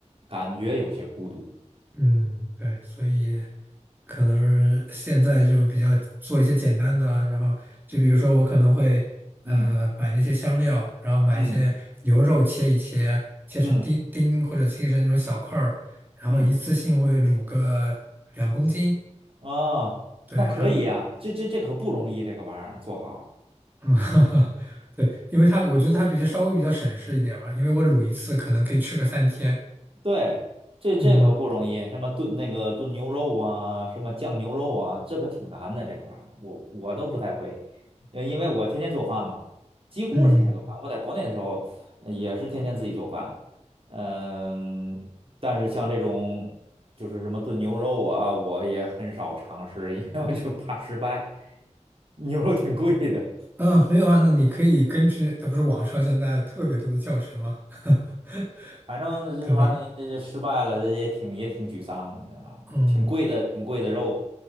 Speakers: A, on the right (about 50°); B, on the right (about 15°).
A: 感觉有些孤独。
B: 嗯，对，所以可能是现在就比较做一些简单的啊然后就比如说我可能会呃买那些香料，
A: 嗯
B: 然后买一些牛肉切一切，
A: 嗯
B: 切成丁丁或者切成那种小块儿，
A: 嗯
B: 然后一次性会卤个两公斤，
A: 嗯，哦，
B: 对，
A: 那可以啊，
B: 然后
A: 这这这可不容易，这个玩意儿做好。
B: 嗯，<laughs> 对，因为它我觉得它比较稍微比较省事一点儿吧，因为我卤一次可能可以吃个三天，
A: 对，这这可不容易，
B: 嗯
A: 什么炖那个炖牛肉啊，什么酱牛肉啊，这可挺难的，这个玩意儿，我我都不太会，呃因为我天天做饭嘛，几乎是天天做饭。
B: 嗯。
A: 我在国内的时候呃也是天天自己做饭，嗯，但是像这种就是什么炖牛肉啊，我也很少尝试，因为我就怕失败，<laughs> 牛肉挺贵的。
B: 啊，没有啊，那你可以根据，那不是网上现在特别多的教程吗？<laughs>
A: 反正这这玩意儿你这这失败了，
B: 对吧？
A: 这也挺也挺沮丧的，你知道吗？
B: 嗯
A: 挺贵的，挺贵的肉，